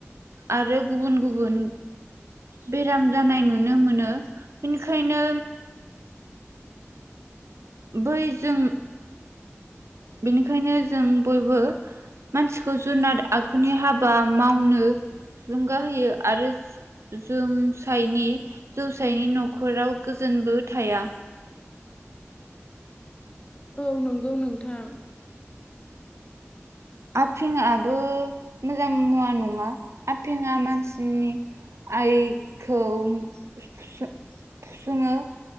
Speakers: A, on the right; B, on the left.
A: आरो गुबुन गुबुन बेराम जानाय नुनो मोनो बेनिखायनो बै जों बेनिखायनो जों बयबो मानसिखौ जुनाद आखुनि हाबा मावनो थुलुंगा होयो आरो जोंसायनि जौसायनि न'खराव गोजोनबो थाया
B: औ नंगौ नोंथां
A: आफिंबो मोजां मुवा नङा आफिंआ मानसिनि आइखौ फुसुङो।